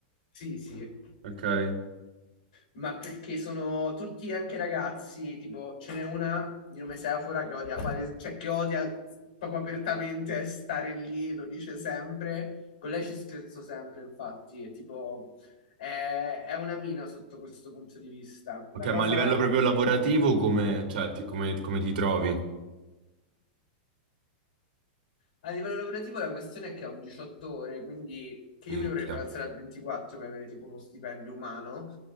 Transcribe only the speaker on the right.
Ok.
Ok,
ma
a livello proprio lavorativo come, cioè, ti, come, come ti trovi?
Minchia.